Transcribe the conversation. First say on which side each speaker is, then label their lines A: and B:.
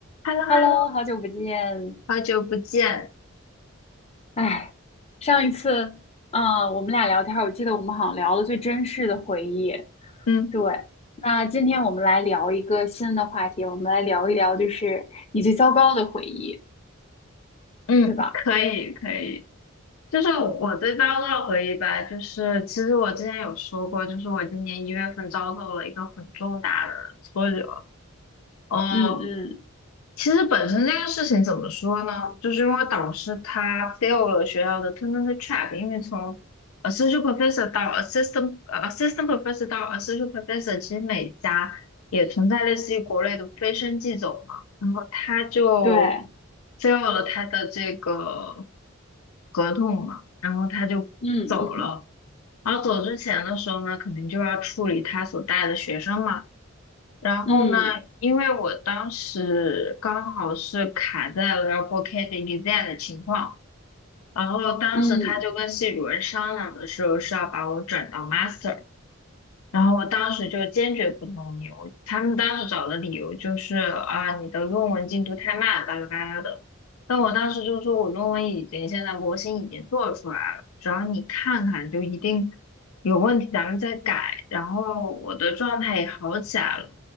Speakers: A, on the left; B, on the left.
A: h e l l o
B: Hello，
A: h e l l o
B: 好久不见。
A: 好久不见。
B: 哎，上一次，嗯，我们俩聊天儿我记得我们好像聊了最真实的回忆。
A: 嗯，
B: 对，那今天我们来聊一个新的话题，我们来聊一聊，就是你最糟糕的回忆，
A: 嗯可以，
B: 对吧？
A: 可以。就是我对遭受的回忆吧，就是其实我之前有说过，就是我今年一月份遭受了一个很重大的挫折。呃，
B: 嗯嗯，
A: 其实本身这个事情怎么说呢？就是因为导师他 fail 了学校的 tenure track，因为从 a s s o c i a t professor 到 assistant 呃 assistant professor 到 a s s o c i a t professor，其实每家也存在类似于国内的飞升即走嘛，然后他就
B: 对，
A: fail 了他的这个合同嘛，然后他就走了。
B: 嗯嗯
A: 然后走之前的时候呢，肯定就要处理他所带的学生嘛。然后呢，
B: 嗯
A: 因为我当时刚好是卡在了要过 c a d exam 的情况，然后当时他就跟系主任商量的时候是要把我转到
B: 嗯
A: master。然后我当时就坚决不同意，我他们当时找的理由就是啊，你的论文进度太慢，巴拉巴拉的。但我当时就说，我论文已经现在模型已经做出来了，只要你看看就一定有问题，咱们再改。然后我的状态也好起来了，